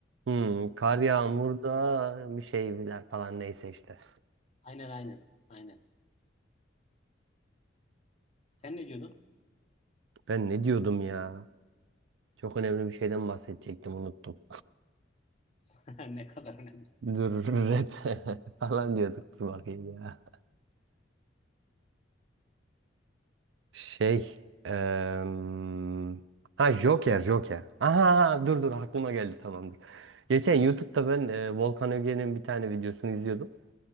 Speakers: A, on the right (about 70°); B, on the left (about 35°).
A: Hmm, kar yağmurda bir şeyler falan neyse işte.
B: Aynen aynen. Aynen. Sen ne diyordun?
A: Ben ne diyordum ya? Çok önemli bir şeyden bahsedecektim unuttum.
B: <laughs> Ne kadar önemli.
A: Dur <laughs> rap <laughs> falan diyorduk dur bakayım ya. Şey em, ha Joker Joker. Aha dur dur aklıma geldi tamamdır. Geçen YouTube'da ben e, Volkan Öge'nin bir tane videosunu izliyordum.